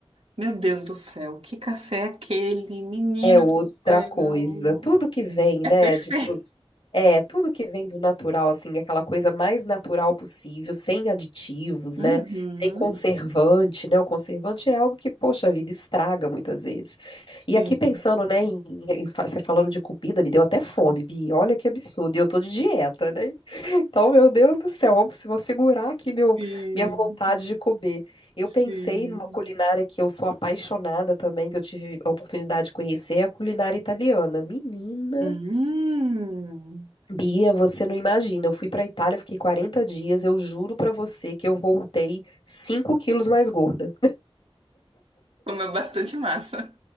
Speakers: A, on the right; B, on the left.
A: Meu Deus do céu, que café é aquele? Menina
B: é outra
A: do céu.
B: coisa. Tudo que vem,
A: É
B: né,
A: perfeito.
B: de, pro- É, tudo que vem do natural, assim, aquela coisa mais natural possível, sem aditivos,
A: Uhum.
B: né? Sem conservante, né? O conservante é algo que, poxa vida, estraga muitas vezes.
A: Sim,
B: E aqui pensando, né, em, em fa- você falando de comida, me deu até fome, Bi. Olha que absurdo. E eu tô de dieta, né? <laughs> Então, meu Deus do céu, vamos- vou segurar aqui meu,
A: sim,
B: minha vontade de comer. Eu
A: sim.
B: pensei numa culinária que eu sou apaixonada também, que eu tive a oportunidade de conhecer, é a culinária italiana. Menina.
A: Hum.
B: Bia, você não imagina. Eu fui para Itália, eu fiquei 40 dias. Eu juro para você que eu voltei 5 quilos mais gorda.
A: Comeu bastante massa.